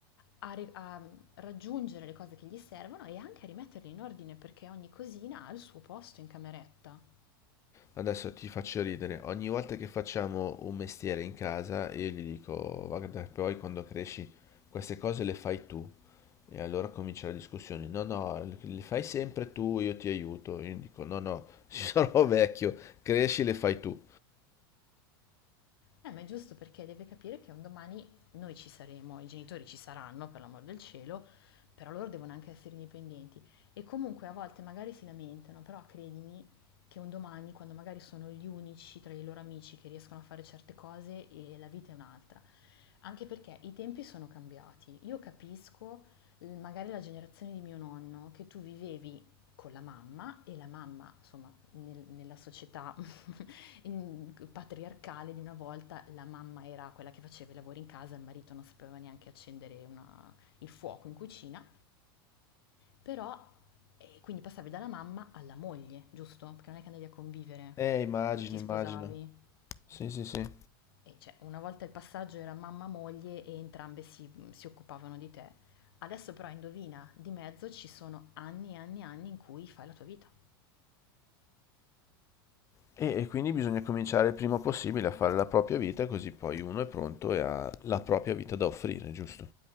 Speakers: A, on the left; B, on the left.
A: a, ri- a raggiungere le cose che gli servono e anche a rimetterle in ordine perché ogni cosina ha il suo posto in cameretta.
B: Adesso ti faccio ridere. Ogni volta che facciamo un mestiere in casa, io gli dico, guarda, poi quando cresci queste cose le fai tu. E allora comincia la discussione. No, no, le fai sempre tu, io ti aiuto. Io dico, no, no, <laughs> sarò vecchio, cresci, le fai tu.
A: Eh, ma è giusto perché deve capire che un domani noi ci saremo, i genitori ci saranno, per l'amor del cielo, però loro devono anche essere indipendenti. E comunque a volte magari si lamentano, però credimi che un domani, quando magari sono gli unici tra i loro amici che riescono a fare certe cose, e la vita è un'altra. Anche perché i tempi sono cambiati. Io capisco, l- magari la generazione di mio nonno, che tu vivevi con la mamma e la mamma, insomma, nel- nella società <laughs> in- patriarcale di una volta, la mamma era quella che faceva i lavori in casa, il marito non sapeva neanche accendere una- il fuoco in cucina, però eh, quindi passavi dalla mamma alla moglie, giusto? Perché non è che andavi a convivere,
B: Eh, immagino,
A: ti
B: immagino.
A: sposavi.
B: Sì, sì, sì.
A: E cioè, una volta il passaggio era mamma-moglie e entrambe si, mm, si occupavano di te. Adesso però indovina, di mezzo ci sono anni e anni e anni in cui fai la tua vita.
B: E, e quindi bisogna cominciare il prima possibile a fare la propria vita, così poi uno è pronto e ha la propria vita da offrire, giusto?